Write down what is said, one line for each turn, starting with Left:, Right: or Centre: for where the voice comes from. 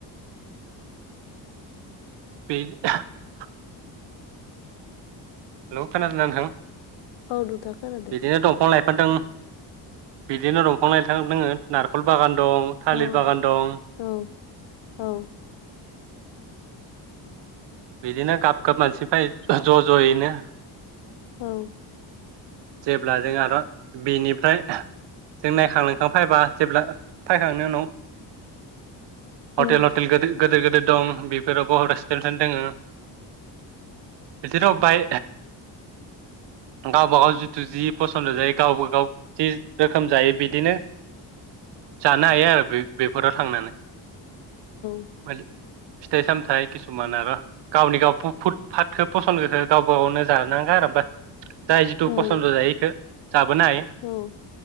Right: बे <unintelligible> हेलौ खोनादोंना नोंथां?
Left: औ नोंथां। खोनादों
Right: बिदिनो दंफां-लाइफां दं। बिदिनो दंफां-लाइफां दोङो नारेखल बागान दं थालिर
Left: औ
Right: बागान दं
Left: औ औ
Right: बिदिनो गाब गाब मानसि फायो ज' ज'यैनो
Left: औ
Right: जेब्ला जों आरो बेनिफ्राय जों नायखां लोंखां फायबा जेब्ला फायखांनायनि उनाव हटेल
Left: औ
Right: हटेल गो दिर गोदिर दं बेफोराव <unintelligible> दोङो बिदि राव बाय गावबा गाव थु जि फसन्द' जायो गावबा गाव जि रोखोम जायो बिदिनो जानो हायो आरो बे बे हराव थांनानै
Left: औ
Right: <unintelligible> फिथाइ सामथाइ किसुमान आरो गावनि गाव फुटफाटखौ फसन्दखौ गावबा गावनो <unintelligible>
Left: औ
Right: फसन्द' जायो इखौ जाबोनो हायो
Left: औ